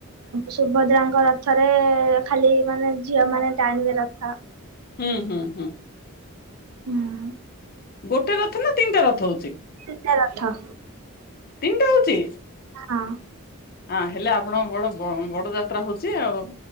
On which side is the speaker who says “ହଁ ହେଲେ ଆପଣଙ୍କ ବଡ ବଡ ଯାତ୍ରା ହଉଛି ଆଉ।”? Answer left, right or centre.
Left